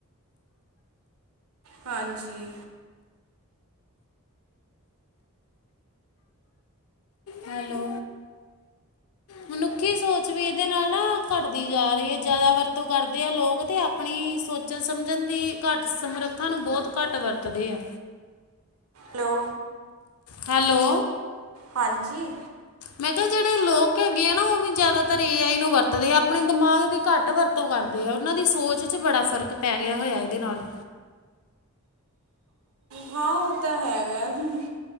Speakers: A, on the right (about 75°); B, on the left (about 75°).
A: ਹਾਂਜੀ।
B: ਹੈਲੋ। ਮਨੁੱਖੀ ਸੋਚ ਵੀ ਏਦੇ ਨਾਲ ਨਾ ਘੱਟਦੀ ਜਾ ਰੀ ਐ। ਜਾਦਾ ਵਰਤੋਂ ਕਰਦੇ ਆ ਲੋਕ ਤੇ ਅਪਣੀ ਸੋਚ ਚਨ ਸਮਝਣ ਦੀ ਘੱਟ ਸਮਰੱਥਾ ਨੂੰ ਬੋਤ ਘੱਟ ਵਰਤਦੇ ਆ।
A: ਹੈਲੋ।
B: ਹੈਲੋ।
A: ਹਾਂਜੀ।
B: ਮੈਂ ਕੇਆ ਜੇੜੇ ਲੋਕ ਹੈਗੇ ਆ ਨਾ ਓ ਵੀ ਜਾਦਾਤਰ ਏ ਆਈ ਨੂੰ ਵਰਤਦੇ ਆ ਅਪਣੇ ਦਿਮਾਗ ਵੀ ਘੱਟ ਵਰ ਤੋਂ ਕਰਦੇ ਆ। ਓਨਾਂ ਦੀ ਸੋਚ ਇਚ ਬੜਾ ਫ਼ਰਕ ਪੈ ਗੇਆ ਹੋਏਆ ਏਦੇ ਨਾਲ।
A: ਹਾਂ ਓ ਤਾਂ ਹੈਗਾ ਐ।